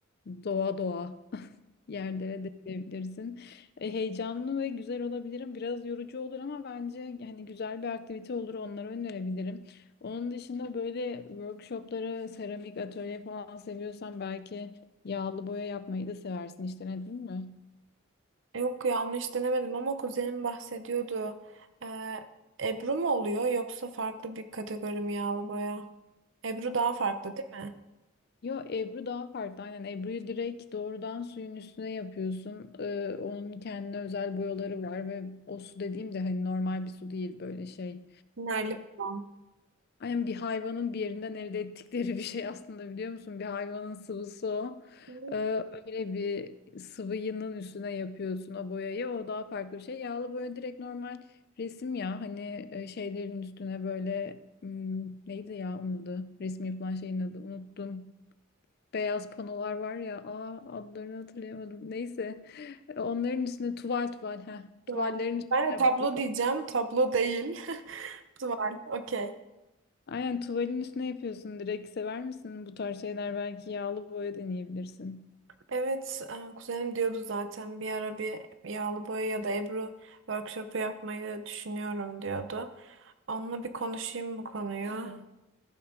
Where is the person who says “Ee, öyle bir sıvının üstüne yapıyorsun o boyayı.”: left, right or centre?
Left